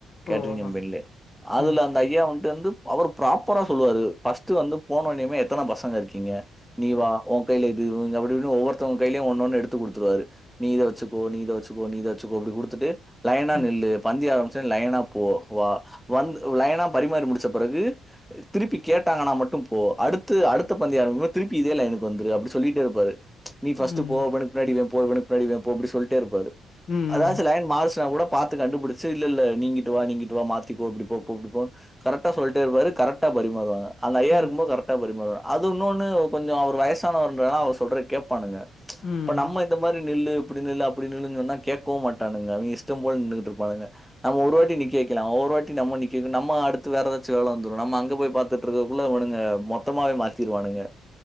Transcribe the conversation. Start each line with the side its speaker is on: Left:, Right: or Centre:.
Centre: கேட்ரி்ங்
Left: ஓ ஆமாங்க
Centre: கம்பென்லே அதுல
Left: ம்
Centre: அந்த ஐயா வந்ட்டு வந்து பவர் ப்ராப்பரா சொல்லுவாரு ஃபஸ்ட் வந்து போனுன்யுமே எத்தன பசங்க இருக்கீங்க நீவா வொ கைல அப்டி இப்டின்னு ஒவ்வொருத்தங்க கையிலியு ஒன்னொன்னு எடுத்து குடுத்துருவாரு நீ இத வச்சுக்கோ நீ இத வச்சுக்கோ நீ இத வச்சுக்கோ இப்டி குடுத்துட்டு லைனா
Left: ம்
Centre: நில்லு பந்தி ஆரம்பிச்ச லைனா போ வா வந்து லைனா பரிமாறி முடி ச்ச பிறகு திருப்பி கேட்டாங்கனா மட்டு போ அடுத்து அடுத்த பந்திய ஆரம்பி திருப்பி இதே லைன்க்கு வந்துரு அப்டி சொல்லிட்டே இருப்பாரு நீ
Left: ம்
Centre: ஃபர்ஸ்ட் போ அவனக்கு பின்னாடி நீ போ இவனக்கு பின்னாடி நீ போ அப்டி சொல்ட்டே இருபாரு
Left: ம்
Centre: அதாச்சு லைன் மறுசுனா கூட பாத்து கண்டுபுடிச்சு இல்லல்ல நீங்கிட்டு வா நீங்கிட்டு வா மாத்திக்கோ அப்டி போ போ அப்டிப்போ கரெக்டா சொல்ட்டே இருப்பாரு கரெக்டா பரிமாறுவங்க அந்த ஐயா
Left: ம்
Centre: இருக்குபோது கரெக் டா பரி மாறுவாங்க அது இன்னொனு கொஞ்சோ அவர் வயசானவரன்றதல அவ சொல்றத கேப்பானுங்க
Left: ம்
Centre: இப்ப நம்ம இந்த மாரி நில்லு இப்டி நில்லு அப்டி நில்லு சொன்னா கேக்கவு மாட்டானுங்க அவங்க இஷ்டோ போல நின்னுட்டு இருப்பானுங்க நம்ம ஒரு வாட்டி நிக்க வெக்கலா ஒவ்வொரு வாட்டி நம்ம நிக்க வெக்கணு நம்ம அடு த்து வேற ஏதாச்சு வேல வந்துரு நம்ம அங்க போய் பாத்துட்டு இருக்குறதுகுள்ள இவனுங்க மொத்தமவே மாத்திருவானுங்க